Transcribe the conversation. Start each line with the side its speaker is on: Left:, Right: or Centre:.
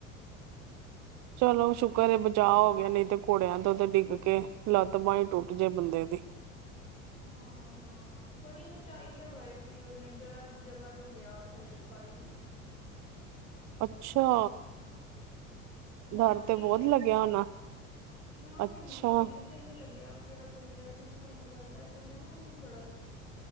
Left: <inaudible>
Right: ਚਲੋ ਸ਼ੁਕਰ ਏ, ਬਚਾਅ ਹੋ ਗਿਆ, ਨਈਂ ਤੇ ਘੋੜੇਆਂ ਤੋਂ ਤਾਂ ਡਿੱਗ ਕੇ ਲੱਤ ਬਾਂਹ ਈ ਟੁੱਟ ਜੇ ਬੰਦੇ ਦੀ।
Left: ਹਾਂ -ਹਾਂ, ਬੜੀ ਉਚਾਈ ਤੇ ਗਏ ਸੀ, ਓਨੇ ਜਰਾ ਜੀ ਜਗ੍ਹਾ ਤੋਂ ਗਿਆ। ਥੱਲੇ ਖਾਈ ਸੀ।
Right: ਅੱਛਾ।
Left: ਬਚ
Right: ਡਰ ਤੇ
Left: ਈ
Right: ਬਹੁਤ
Left: ਗਏ,
Right: ਲੱਗਿਆ ਹੋਣਾ
Left: ਨਾ
Right: ਅੱਛਾ
Left: ਮੈਨੂੰ ਸਾਨੂੰ ਨੀ ਲੱਗੇਆ, ਓ ਜੇਹੜਾ ਬੰਦਾ ਜਿਦੀ ਮੈਂ ਤੁਆਨੂੰ ਗੱਲ ਦੱਸ ਰੀ ਆ ਨਾ, ਓਨੂੰ ਬੜਾ ਲੱਗ